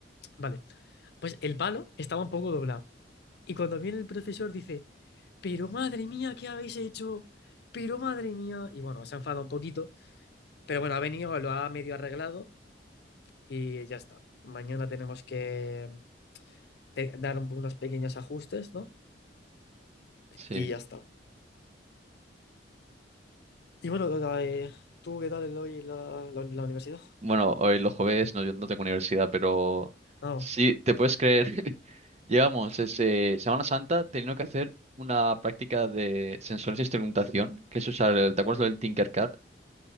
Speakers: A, on the left; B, on the right.
A: Vale. Pues el palo estaba un poco doblado. Y cuando viene el profesor dice, pero madre mía, ¿qué habéis hecho? Pero madre mía. Y bueno, se ha enfadado un poquito. Pero bueno, ha venido, lo ha medio arreglado y ya está. Mañana tenemos que mm, te- dar un- unos pequeños ajustes, ¿no?
B: sí.
A: Y ya está. Y bueno, Dora, eh, ¿tú qué tal el hoy la, la, la universidad?
B: Bueno, hoy los jueves no, yo no tengo universidad, pero
A: Ah, bueno.
B: sí, te puedes creer. <laughs> Llevamos ese Semana Santa teniendo que hacer una práctica de sensores de instrumentación, que es usar el, ¿te acuerdas lo del Tinkercad?